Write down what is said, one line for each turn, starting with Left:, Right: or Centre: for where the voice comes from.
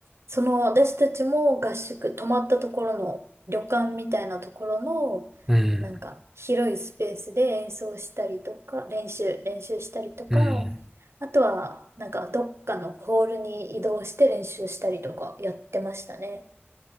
Right: その私たちも合宿、泊まったところの旅館みたいなところの、
Centre: うん。
Right: なんか広いスペースで演奏したりとか、練習、練習したりとか、
Centre: うん。
Right: あとはなんかどっかのホールに移動して練習したりとかやってましたね。